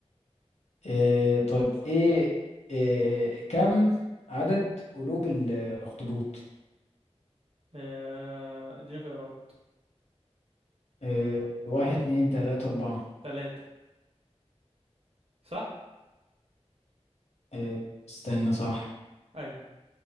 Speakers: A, on the left; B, on the right.
A: إيه طيب ايه, إيه كم عدد قلوب الاخطبوط
B: آه، اديني خيارات
A: إيه واحد اتنين تلاتة اربعة
B: ثلاثة صح
A: إيه استنى صح
B: ايوه